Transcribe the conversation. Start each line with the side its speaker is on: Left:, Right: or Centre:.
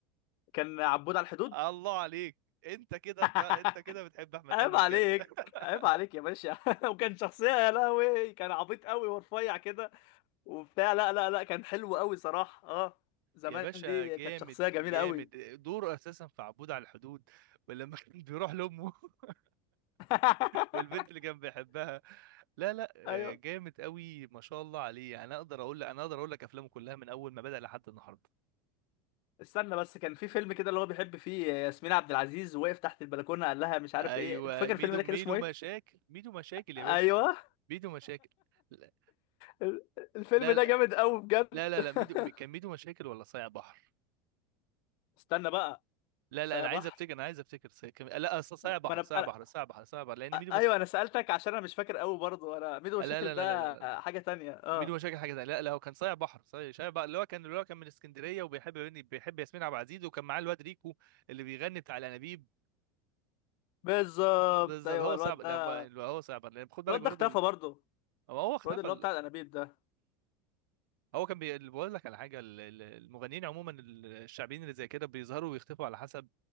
Left: كان عبود على الحدود
Right: الله عليك انت كده
Left: <laughs>
Right: بتاع انت كده بتحب احمد
Left: عيب
Right: حلمي
Left: عليك
Right: بجد <laughs>
Left: عيب عليك يا باشا <laughs> وكان شخصية يا لهوي كان عبيط قوي ورفيع كده وبتاع لا لا لا كان حلو قوي صراحة اه زمان
Right: يا باشا
Left: دي
Right: جامد
Left: كانت شخصية جميلة
Right: جامد
Left: قوي
Right: دوره اساسا في عبود على الحدود ولما كان بيروح لامه <laughs>
Left: <laughs>
Right: والبنت اللي كان بيحبها لا لا آه،
Left: ايوه
Right: جامد قوي ما شاء الله عليه انا اقدر اقول انا اقدر اقول لك افلامه كلها من اول ما بدأ لحد النهارده
Left: استنى بس كان في فيلم كده اللي هو بيحب فيه ياسمين عبد العزيز وقف تحت البلكونة قال لها مش عارف
Right: ايوه
Left: ايه انت فاكر
Right: ميدو
Left: الفيلم ده
Right: ميدو
Left: كان اسمه ايه
Right: مشاكل ميدو مشاكل يا
Left: ايوه
Right: باشا ميدو مشاكل لا
Left: ال- الفيلم
Right: لا
Left: ده
Right: لا
Left: جامد قوي بجد
Right: لا
Left: <laughs>
Right: لا لا. ميدو م- كان ميدو مشاكل ولا صايع بحر
Left: استنى بقى
Right: لا
Left: صايع
Right: لا انا
Left: بحر
Right: عايز افتكر انا عايز افتكر صايع كان- لا ص- صايع
Left: ما
Right: بحر صايع
Left: انا
Right: بحر صايع بحر صايع بحر لان ميدو مشاكل
Left: ايوه انا سالتك عشان انا مش فاكر قوي برضه انا ميدو
Right: لا
Left: مشاكل
Right: لا
Left: ده
Right: لا لا لا لا لا.
Left: حاجه تانية اه
Right: ميدو مشاكل حاجه تانية لا لا هو كان صايع بحر صايع صايع بحر اللي هو كان اللي هو كان من اسكندريه وبيحب بيحب ياسمين عبد العزيز وكان معاه الواد ريكو اللي بيغني بتاع الانابيب
Left: بالظبط
Right: بالظبط
Left: ايوه
Right: هو
Left: الواد
Right: صعب لا
Left: ده
Right: ب- هو صعب لان خد بالك
Left: الواد
Right: برضه
Left: ده اختفى
Right: ال-
Left: برضه
Right: هو هو اختفى
Left: الواد اللي هو بتاع الانابيب ده
Right: هو كان بي... بقول لك على حاجه ال- ال- المغنيين عموما ال- الشعبيين اللي زي كده بيظهروا ويختفوا على حسب